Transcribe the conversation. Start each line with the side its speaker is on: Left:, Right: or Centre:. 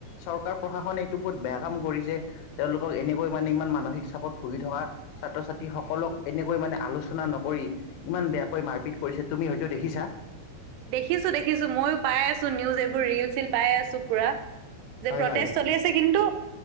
Left: চৰকাৰ প্ৰশাসনে এইটো বহুত বেয়া কাম কৰিছে। তেওঁলোকক, এনেকৈ মানে ইমান মানসিক চাপত ভুগি থকা ছাত্ৰ-ছাত্ৰী সকলক এনেকৈ মানে আলোচনা নকৰি ইমান বেয়াকৈ মাৰপিট কৰিছে, তুমি হয়তো দেখিছা?
Right: দেখিছো, দেখিছো মইয়ো পাই আছো নিউজ এইবোৰ ৰিল-চিল পাই আছো পুৰা। যে
Left: হয়
Right: প্ৰটেষ্ট
Left: হয়
Right: চলি আছে কিন্তু